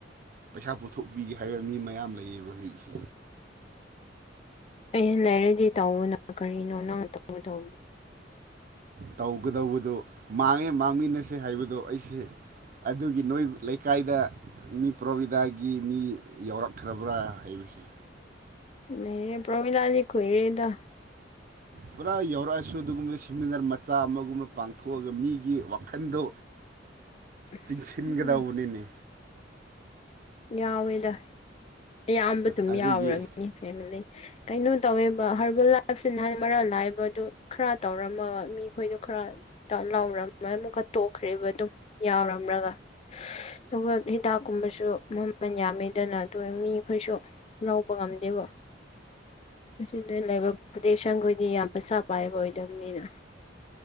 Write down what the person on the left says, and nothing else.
ꯑꯦ ꯂꯩꯔꯗꯤ ꯇꯧꯕꯅꯣ ꯀꯔꯤꯅꯣ ꯅꯪ ꯇ ꯇꯧꯕꯗꯣ
ꯑꯦ ꯄ꯭ꯔꯃꯤꯂꯥꯖꯤꯗꯤ ꯈꯣꯏꯑꯦꯗ
<inaudible>
ꯎꯝ ꯌꯥꯎꯋꯦꯗ ꯑꯌꯥꯝꯕ ꯑꯗꯨꯝ
ꯌꯥꯎꯔꯅꯤ ꯐꯦꯃꯤꯂꯤ ꯀꯩꯅꯣ ꯇꯧꯋꯦꯕ ꯍꯔꯕ ꯂꯥꯜ ꯃꯔꯥꯜ ꯂꯥꯏꯕꯗꯨ ꯈꯔ ꯇꯧꯔꯝꯃꯒ ꯃꯤꯈꯣꯏꯗꯣ ꯈꯔ ꯂꯥꯎꯔꯝ ꯑꯃꯨꯛꯀ ꯇꯣꯛꯈ꯭ꯔꯦꯔꯤꯕ ꯑꯗꯨꯝ ꯌꯥꯎꯔꯝ꯭ꯔꯒ ꯁꯧꯜ ꯍꯤꯗꯥꯛ ꯀꯨꯝꯕꯁꯨ ꯃꯃꯜ ꯌꯥꯝꯃꯦꯗꯅ ꯑꯗꯨ ꯃꯤꯈꯣꯏꯁꯨ ꯂꯧꯕ ꯉꯝꯗꯦꯕ ꯑꯁꯤꯗ ꯂꯩꯕ ꯄꯣꯄꯨꯂꯦꯁꯟꯈꯣꯏꯗꯤ ꯌꯥꯝ ꯄꯩꯁꯥ ꯄꯥꯏꯕ ꯑꯣꯏꯗꯕꯅꯤꯅ